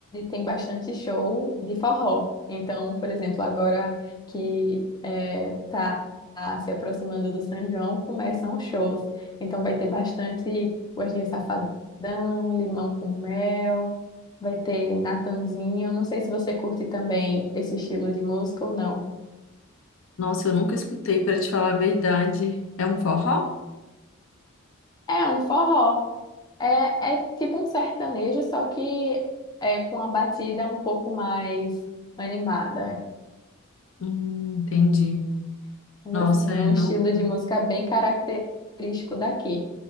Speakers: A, on the left; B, on the left.
A: tem bastante show de forró. Então, por exemplo, agora que é, tá se aproximando do São João, começam os shows. Então vai ter bastante Wesley Safadão, Limão com Mel, vai ter Natanzinho. Não sei se você curte também esse estilo de música ou não.
B: Nossa, eu nunca escutei, pra te falar a verdade. É um forró?
A: É um forró. É, é tipo um sertanejo, só que é com a batida um pouco mais animada.
B: Hum, entendi.
A: Mas
B: Nossa,
A: assim,
B: é
A: é um
B: não.
A: estilo de música bem característico daqui,